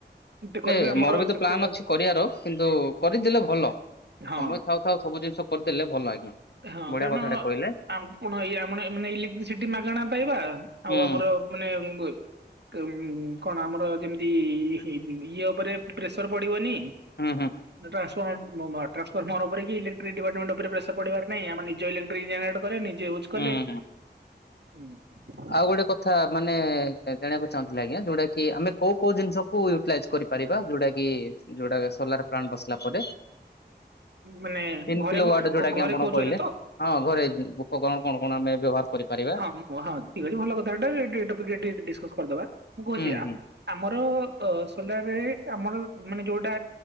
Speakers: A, on the right; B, on the left.
A: ଏତେ କରିବେ
B: ଏ
A: ଆମର
B: ମୋର ବି ତ
A: ସେତେ
B: ପ୍ଲାନ୍ ଅଛି କରିବାର କିନ୍ତୁ କରିଦେଲେ ଭଲ।
A: ହଁ
B: ସମୟ ଥାଉ ଥାଉ ସବୁ ଜିନିଷ କରିଦେଲେ ଭଲ ଆଜ୍ଞା।
A: ହଁ
B: ବଢିଆ
A: କାରଣ
B: କଥାଟେ କହିଲେ
A: ଆପଣ ଇ ଆମ ମାନେ ଇଲେକ୍ଟ୍ରିସିଟି ମାଗଣା ପାଇବା
B: ହୁଁ
A: ଆଉ ଆମର <unintelligible> ଉ କଣ ଆମର ଯେମିତି ଇଏ ଉପରେ ପ୍ରେସର ପଡିବନି।
B: ଉଁ ହୁଁ।
A: ଏଟା ଆସ ଟ୍ରାନ୍ସଫର୍ମର ଉପରେ କି ଇଲେକ୍ଟ୍ର ଡିପାର୍ଟମଣ୍ଟ ଉପରେ ପ୍ରେସରଢିବାରହିଁ ଆମେ ନିଜ ଲେଟ୍ରିକ୍ ଜେରେଟ କ ନିଜେ
B: ହୁଁ।
A: କଲେ ହୁଁ।
B: ଆଉ ଗୋଟେ କଥା ମାନେ ଜାଣିବାକୁ ଚାହୁଁଥିଲେ ଆଜ୍ଞା ଯୋଉଁ ଟା କି ଆମେ କୋଉଁ କୋଉଁ ଜିନିଷ କୁ କରିପାରିବା ଯୋଉଁଟା କି ଯୋଉଟା ସୋଲାର ପ୍ଲାଣ୍ଟ ବସିଲା ପରେ
A: ମାନେ
B: ତିନ
A: ଘରେ
B: କିଲୋ ୱାଡ ଯୋଉଁଟା କି
A: ଘରେ
B: ଆପଣ
A: କହୁଛନ୍ତି
B: କହିଲେ?
A: ତ
B: ହଁ ଘରେ ଉପକରଣ କଣ କଣ ଆମେ ବ୍ୟବହାର କରିପାରିବା?
A: ହ ହଁ ଠିକ ଅଛି ଭଲ କଥାଟା ଡିସ୍କସ କରିଦବା ମୁଁ କହୁଛି
B: ହୁଁ ହୁଁ
A: ଆମର ସୋଲାରରେ ଆମର ମାନେ ଯୋଉଟା